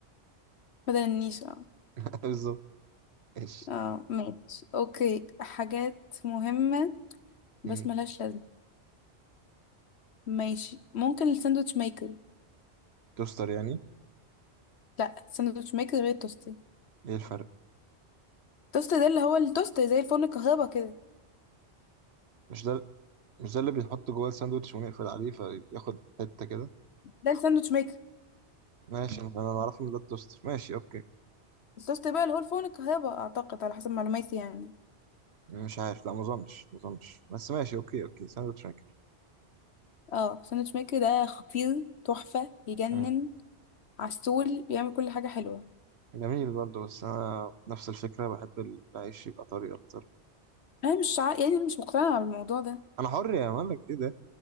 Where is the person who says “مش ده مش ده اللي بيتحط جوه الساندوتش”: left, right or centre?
Right